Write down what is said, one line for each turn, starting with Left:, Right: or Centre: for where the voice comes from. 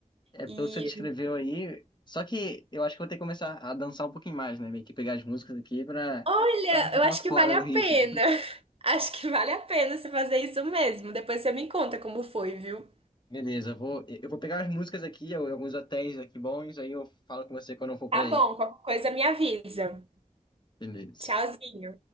Left: É pelo
Right: E
Left: que você descreveu aí. Só que eu acho que eu vou ter que começar a dançar um pouquinho mais, né? Meio que pegar as músicas aqui pra,
Right: olha,
Left: pra não ficar
Right: eu acho
Left: fora
Right: que vale a
Left: do
Right: pena.
Left: ritmo.
Right: <laughs> Acho que vale a pena você fazer isso mesmo. Depois você me conta como foi, viu?
Left: Beleza, eu vou, eu vou pegar as músicas aqui, ou alguns hotéis aqui bons, aí eu falo com você quando eu for pra
Right: Tá
Left: aí.
Right: bom, qualquer coisa me avisa.
Left: Beleza.
Right: Tchauzinho.